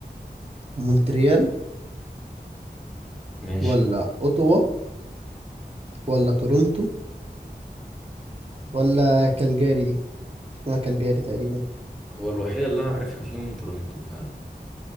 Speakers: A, on the right; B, in the centre.
A: مونتريال
B: ماشي
A: ولا أوتوا ولا تورونتو ولا كالجاري دي اسمها كالجاري تقريبا
B: هو الوحيدة اللي أنا عارفها فيهم تورونتو ف...